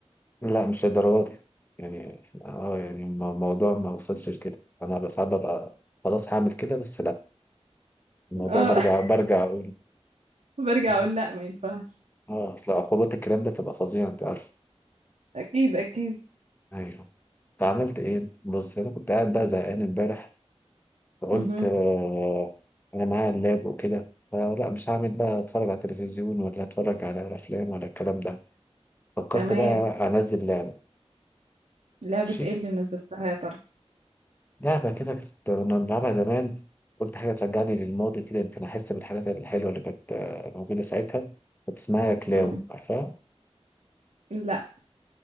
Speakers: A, on the left; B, on the right.
A: لا مش للدرجه دي يعني إحنا- اه يعني الم- الموضوع ما وصلش لكده انا بس ساعات ببقى خلاص هعمل كده بس لا الموضوع
B: اه
A: برجع
B: <laughs>
A: برجع اقول
B: برجع
A: يعني،
B: اقول لا ما ينفعش
A: اه اصل عقوبات الكلام ده بتبقى فظيعه انت عارف
B: اكيد اكيد
A: ايوه فعملت ايه بص انا كنت قاعد بقى زهقان امبارح فقلت
B: مهم.
A: آه، أنا معايا اللاب وكده فلا مش هعمل بقى أتفرج على تلفزيون ولا أتفرج على أفلام ولا الكلام ده فكرت
B: تمام
A: بقى أنزل لعبة
B: لعبة
A: ماشي
B: ايه اللي نزلتها يا ترى
A: لعبة كده كنت كنا بنلعبها زمان قلت حاجة ترجعني للماضي كده يمكن أحس بالحاجات الحلوة اللي كانت آه، موجودة ساعتها كانت اسمها كلاون
B: مم.
A: عارفها؟
B: لا